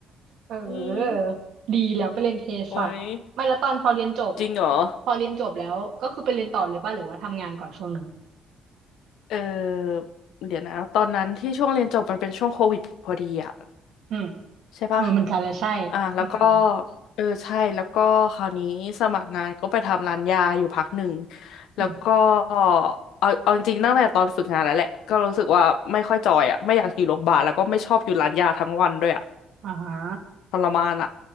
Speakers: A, on the right; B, on the left.
A: เออ
B: อืม
A: ดีแล้วไปเรียนเภสัชไม่แล้วตอนพอเรียนจบ
B: โอ้ยจริงเหรอ
A: พอเรียนจบแล้วก็คือไปเรียนต่อเลยป่ะหรือว่าทำงานก่อนช่วงหนึ่ง
B: เออเดี๋ยวนะตอนนั้นที่ช่วงเรียนจบมันเป็นช่วงโควิดพอดีอ่ะ
A: อืม
B: ใช่ปะ
A: เออเหมันกันแลยใช่
B: อ่าแล้วก็
A: อืม
B: เออใช่แล้วก็คราวนี้สมัครงานก็ไปทำร้านยาอยู่พักหนึ่ง
A: อืม
B: แล้วก็เอาเอาจริงๆตั้งแต่ตอนฝึกงานแล้วแหละก็รู้สึกว่าไม่ค่อยจอยอ่ะไม่อยากอยู่โรงพยาบาลแล้วก็ไม่ชอบอยู่ร้านยาทั้งวันด้วยอ่ะ
A: อ่าฮะ
B: ทรมานอ่ะ